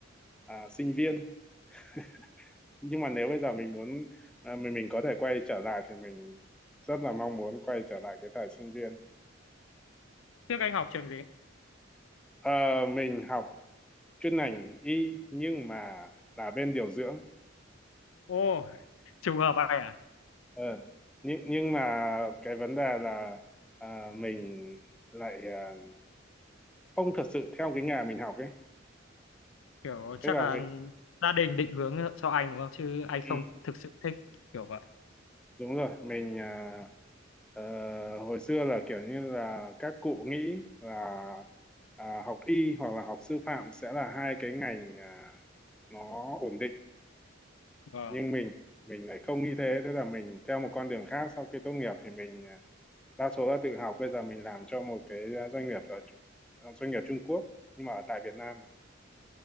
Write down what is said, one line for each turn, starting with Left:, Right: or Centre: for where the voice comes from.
Centre: à, sinh viên. <laughs> Nhưng mà nếu bây giờ mình muốn, à, mình mình có thể quay trở lại thì mình rất là mong muốn quay trở lại cái thời sinh viên.
Left: Trước anh học trường gì?
Centre: Ờ, mình học chuyên ngành y nhưng mà là bên điều dưỡng
Left: ô trùng hợp vậy à?
Centre: ờ nhưng nhưng mà cái vấn đề là à, mình lại à, không thật sự theo cái nghề mình học ấy
Left: Kiểu
Centre: tức
Left: chắc
Centre: là
Left: là
Centre: mình
Left: gia đình định hướng cho anh đúng không? Chứ anh không
Centre: ừ,
Left: thực sự thích kiểu vậy.
Centre: đúng rồi mình à, ờ, hồi xưa là kiểu như là các cụ nghĩ là à, học y hoặc là học sư phạm sẽ là hai cái ngành à, nó ổn định
Left: Vâng,
Centre: nhưng mình mình lại không nghĩ thế thế là mình theo một con đường khác sau khi tốt nghiệp thì mình à, đa số là tự học bây giờ mình làm cho một cái à, doanh nghiệp ở Trung- ờ, doanh nghiệp Trung Quốc nhưng mà ở tại Việt Nam